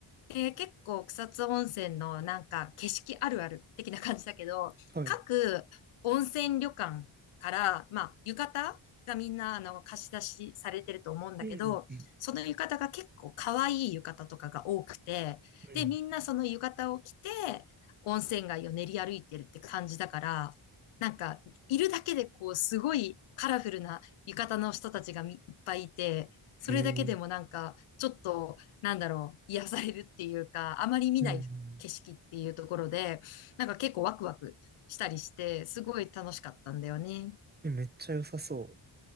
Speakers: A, on the left; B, on the right.
A: えー結構草津温泉のなんか景色あるある的な感じだけど、
B: はい。
A: 各温泉旅館から、
B: うん
A: まあ浴衣がみんなあの貸し出しされてると思うんだけど、
B: うんうん。
A: その浴衣が結構可愛い浴衣とかが多くて、
B: うん
A: で、みんなその浴衣を着て温泉街を練り歩いてるって感じだから、なんかいるだけでこうすごいカラフルな浴衣の人たちがみいっぱいいて、それだけでもなんかちょっとなんだろう、
B: へえ。
A: 癒されるっていうか、あまり見ない景色っていうところで、
B: うん。
A: なんか結構ワクワクしたりして、すごい楽しかったんだよね。
B: え、めっちゃ良さそ